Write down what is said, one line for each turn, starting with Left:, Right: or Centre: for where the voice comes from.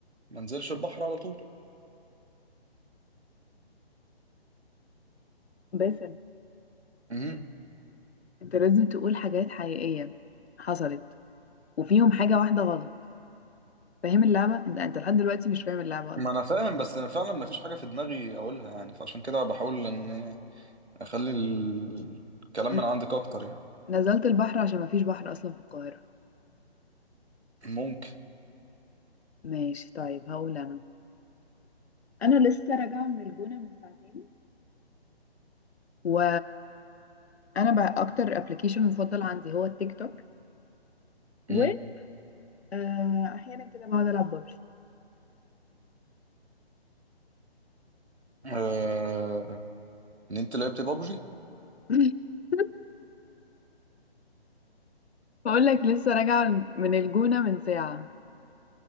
Right: ما انزلش البحر على طول
Left: باسل
Right: امم
Left: انت لازم تقول حاجات حقيقية حصلت وفيهم حاجة واحدة غلط فاهم اللعبة انت انت لحد دلوقتي مش فاهم اللعبة اصلا
Right: ما انا فاهم بس أنا فعلا مفيش حاجه في دماغي اقولها يعني فعشان كده بحاول ان اخلي ال- الكلام
Left: م-
Right: من عندك اكتر يعني
Left: نزلت البحر عشان مفيش بحر اصلا في القاهرة
Right: ممكن
Left: ماشي طيب هقول انا انا لسه راجعة من الجونة من ساعتين و انا بقى اكتر ابلكيشن مفضل عندي هو التيك توك و
Right: امم
Left: آه، احيانا كده بقعد العب ببجي
Right: آه... ان انت لعبت بابجي
Left: <laughs> بقول لك لسه راجعة من الجونة من ساعة